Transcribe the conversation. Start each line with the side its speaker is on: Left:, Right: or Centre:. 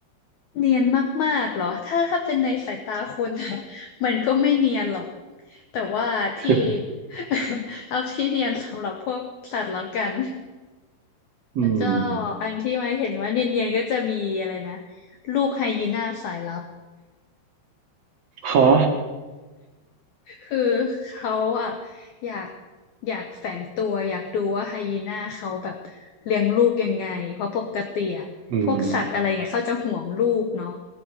Left: เนียนมากๆเหรอถ้าถ้าเป็นในสายตาคนนะ <laughs> มันก็ไม่เนียนหรอกแต่ว่าที่
Right: <laughs>
Left: <laughs> เอาที่เนียนสำหรับพวกสัตว์แล้วกัน
Right: อืม
Left: ก็อันที่ไม่เห็นว่าเนียนๆก็จะมีอะไรนะลูกไฮยีน่าสายลับ
Right: ฮะ
Left: คือเขาอ่ะอยากอยากแฝงตัวอยากดูว่าไฮยีน่าเขาแบบเลี้ยงลูกยังไงเพราะปกติอ่ะพวกสัตว์อะไรเงี้ยเขาจะห่วงลูกเนาะ
Right: อืม